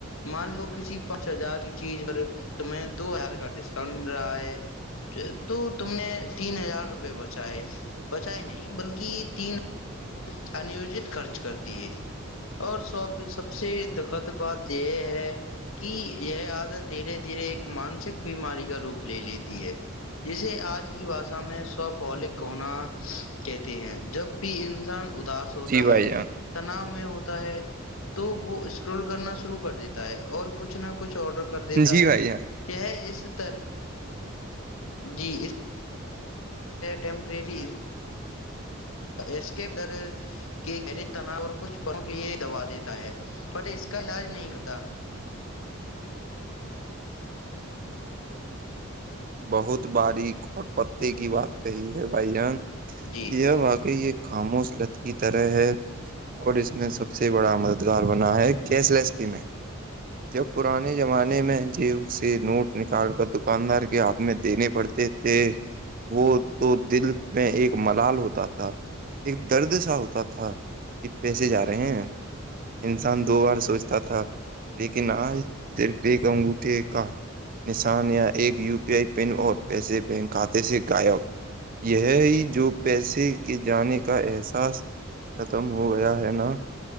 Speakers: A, on the left (about 80°); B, on the right (about 40°).
A: مان لو کسی پانچ ہزار کی چیز پر تمہیں دو ہزار کا ڈسکاؤنٹ مل رہا ہے تو تم نے تین ہزار روپئے بچائےائے بچائے نہیں بلکہ تین انیوجت خرچ کر دیے اور سب سب سے دخد بات یہ ہے کہ یہ آج دھیرے دھیرے مانسک بیماری کا روپ لے لیتی ہے جسے آج کی باات میں سوپھولک کونا کہتے ہیں جب بھی انسان اداس ہوتا
B: جی بھائی
A: ہے
B: جان
A: تناؤ میں ہوتا ہے تو وہ اسکرول کرنا شروع کر دیتا ہے اور کچھ نہ کچھ آڈر کر دیتا
B: جی
A: ہے
B: بھائی جان
A: یہ اس طر جی اس ٹمپرری اس کے اندر کہ گر تناؤ اور کچھ پوں کے یہ دوا دیتا ہے پر اس کا علاج نہیں کرتا
B: بہت باریک اور پتے کی بات کہی ہے بھائی جان
A: جی
B: یہ واقعی یہ خاموشلت کی طرح ہے اور اس میں سب سے بڑا مددگار بنا ہے کیش لیس پیمنٹ جب پرانے زمانے میں جی سے نوٹ نکال کر دکاندار کے ہاتھ میں دینے پڑتے تھے وہ تو دل میں ایک ملال ہوتا تھا ایک درد سا ہوتا تھا کہ پیسے جا رہے ہیں انسان دو بار سوچتا تھا لیکن آج صرف ایک انگوٹے کا نشان یا ایک یو پی آئی پن اور پیسے بینک کھاتے سے غائب یہ ہی جو پیسے کے جانے کا احساس ختم ہو گیا ہے نا